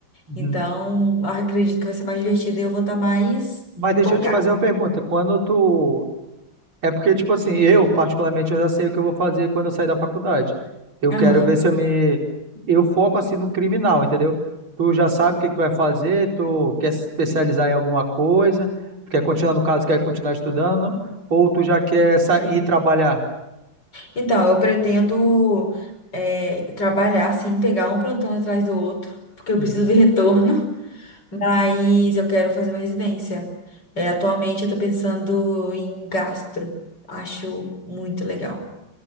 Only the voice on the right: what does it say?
Uhum.
Mas
deixa eu te fazer uma pergunta. Quando tu, É porque, tipo assim, eu, particularmente, eu já sei o que eu vou fazer quando eu sair da faculdade. Eu
quero ver se eu me. Eu foco, assim, no criminal, entendeu? Tu já sabe o que que tu vai fazer, tu quer se especializar em alguma coisa, tu quer continuar, no caso, quer continuar estudando, ou tu já quer sa- ir trabalhar?
Uhum.